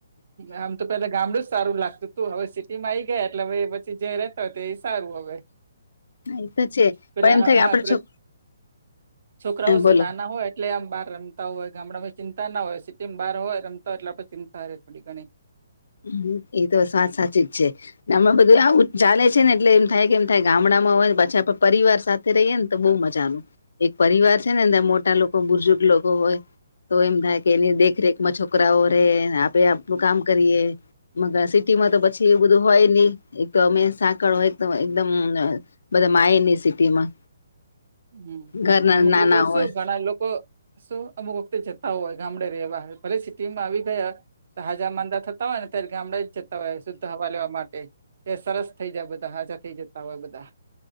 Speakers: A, on the right (about 45°); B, on the left (about 70°).
A: આમ તો પેલા ગામડું જ સારું લાગતું તું હવે સિટીમાં આઈ ગયા એટલે હવે પછી જ્યાં રહતા હોય તે એ સારું હવે.
B: <inaudible> તો છે
A: પેલા
B: પણ એમ થાય કે
A: હા
B: આપડે
A: પે
B: જો
A: છોકરાઓ
B: બોલો
A: શું નાના હોય એટલે આમ બાર રમતા હોય ગામડામાં એ ચિંતા ના હોય, સિટીમાં બહાર હોય રમતા હોય એટલે આપણે ચિંતા રહે થોડી ઘણી.
B: હમ્મ એ તો સાત સાચી જ છે. હમણાં બધું આવું ચાલે છે ને એટલે એમ થાય કેમ થાય ગામડામાં હોય પાછા પરિવાર સાથ રહીએ ને તો બહુ મજાનું એક પરિવાર છે ને અંદર મોટા લોકો બુજુર્ગ લોકો હોય તો એમ થાય કે એની દેખરેખ માં છોકરાઓ રેને આપે આપડુ કામ કરીએ મગ સિટીમાં તો પછી એવું બધું હોય ની એક તો અમે સાંકળ હોય એકદમ બધા માયની સિટીમાં.
A: હમ્મ
B: ઘરના
A: અમુક
B: નાના
A: લોકો
B: હોય
A: શું ઘણા લોકો શું અમુક વખતે જતા હોય ગામડે રેવા. ભલે સિટીમાં આવી ગયા હાજા માંદા થ તા હોય ને ત્યારે ગામડા જે જતા હોય શુદ્ધ હવા લેવા માટે. તે સરસ થઇ જાય બધા, હાજા થઈ જતા હોય બધા.